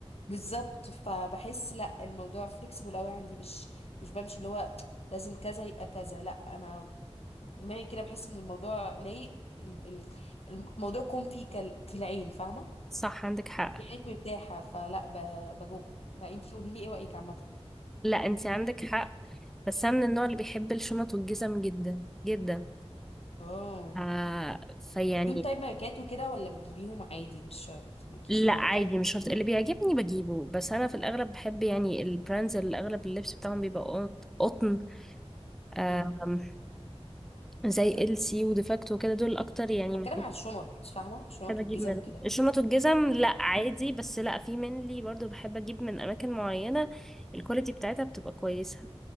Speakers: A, on the left (about 65°); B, in the centre.
A: بالظبط فبحس لا الموضوع فليكسيبل قوي عندي مش مش بمشي اللي هو لازم كذا يبقى كذا لا انا دماغي كده بحس ان الموضوع ليه ال- ال- الموضوع كون في كل- في العين فاهمة
B: صح عندك حق
A: يا ريت مرتاحة فلا ب- بجوب فانتي قولي لي ايه رأيك عامة
B: لا انت عندك حق بس انا من النوع اللي بيحب الشنط والجزم جدا جدا
A: اه
B: آه فيعني
A: بتجيبيهم طيب ماركات وكده ولا بتجيبيهم عادي مش شرط مالكيش
B: لا
A: في الماركات
B: عادي مش شرط اللي بيعجبني بجيبه بس انا في الاغلب بحب يعني البراندز اللي اغلب اللبس بتاعهم بيبقى قط- قطن آم،
A: امم
B: زي ال سي وديفاكتو وكده دول اكتر يعني
A: بتكلم
B: مكان
A: على الشنط فاهمة الشنط
B: بحب اجيب
A: والجزم
B: منهم
A: وكده
B: الشنط والجزم لا عادي بس لا في منلي برضو بحب اجيب من اماكن معينه الكواليتي بتاعتها بتبقى كويسه